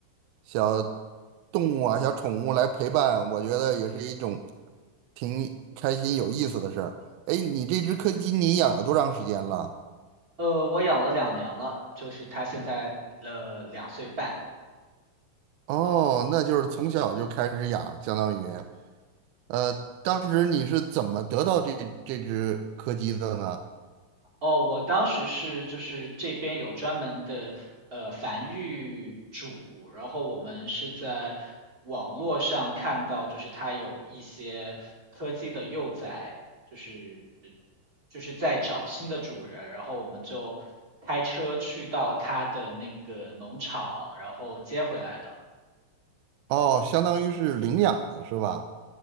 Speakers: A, on the right (about 80°); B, on the right (about 25°).
A: 小动物啊、小宠物来陪伴，我觉得也是一种挺开心、有意思的事儿。哎，你这只柯基你养了多长时间了？
B: 呃，我养了两年了，就是它现在呃两岁半。
A: 哦，那就是从小就开始养，相当于，呃，当时你是怎么得到这这只柯基的呢？
B: 哦，我当时是就是这边有专门的呃繁育主，然后我们是在网络上看到，就是它有一些柯基的幼崽，就是呃就是在找新的主人，然后我们就开车去到它的那个农场，然后接回来的。
A: 哦，相当于是领养的是吧？